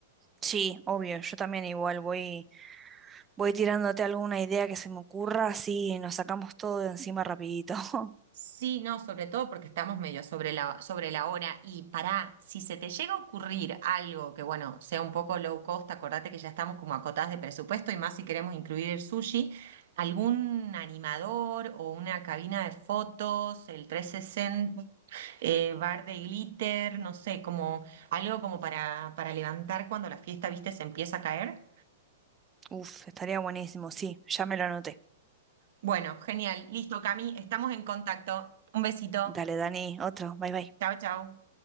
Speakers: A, on the right; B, on the right.
A: Sí, obvio, yo también igual voy, voy tirándote alguna idea que se me ocurra, así nos sacamos todo de encima rapidito. <laughs>
B: Sí, no, sobre todo porque estamos medio sobre la, sobre la hora. Y pará, si se te llega a ocurrir algo que, bueno, sea un poco low cost, acordate que ya estamos como acotadas de presupuesto y más si queremos incluir el sushi, algún animador o una cabina de fotos, el 360 eh, bar de glitter, no sé, como algo como para, para levantar cuando la fiesta, viste, se empieza a caer.
A: Uf, estaría buenísimo, sí, ya me lo anoté.
B: Bueno, genial. Listo, Cami, estamos en contacto. Un besito.
A: Dale, Dani, otro, bye bye.
B: Chao, chao.